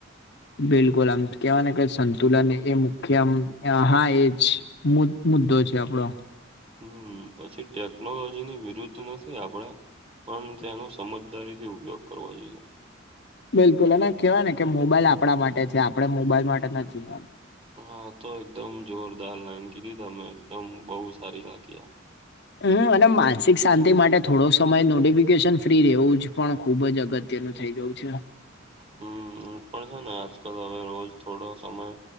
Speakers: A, on the left (about 60°); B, on the right (about 30°).
A: બિલકુલ આમ કેવા કે સંતુલન એ મુખ્યમ હા એ જ મુ મુદ્દો છે આપડો
B: હમ પછી ટેકનોલોજી ની વિરુદ્ધ નથી આપડ પણ તેનો સમજદારી થી ઉપયોગ કરવો જોઈએ
A: બિલકુલ અને કેહેવાય ને કે મોબાઈલ આપણા માટે છે આપડણે મોબાઈલ માટે નથી
B: હા તો એકદમ જોરદાર લાઈન કીધી તમે એકદમ બહુ સારી લાગી આ
A: હમ અને માનસિક શાંતિ માટે થોડો સમય નોટિફિકેશન ફ્રી રહેવું જ પણ ખૂબ જ અગત્ય કેન થઈ જઉ છે
B: હમ પણ છે ને આજકાલ હવે રોજ થોડો સમય